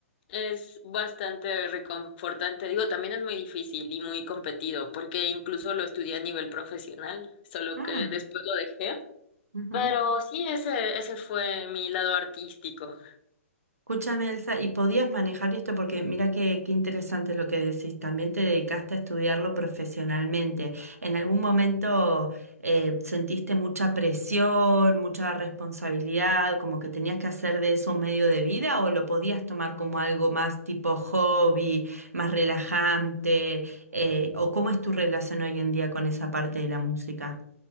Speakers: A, on the left (about 45°); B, on the right (about 85°).
A: es bastante reconfortante. Digo, también es muy difícil y muy competido, porque incluso lo estudié a nivel profesional, solo
B: Ah,
A: que después lo dejé.
B: ujú.
A: Pero sí, ese, ese fue mi lado artístico.
B: Escúchame, Elsa, ¿y podías manejar esto? Porque mira qué, qué interesante lo que decís. También te dedicaste a estudiarlo profesionalmente. ¿En algún momento eh, sentiste mucha presión, mucha responsabilidad, como que tenías que hacer de eso un medio de vida o lo podías tomar como algo más tipo hobby, más relajante? Eh, ¿o cómo es tu relación hoy en día con esa parte de la música?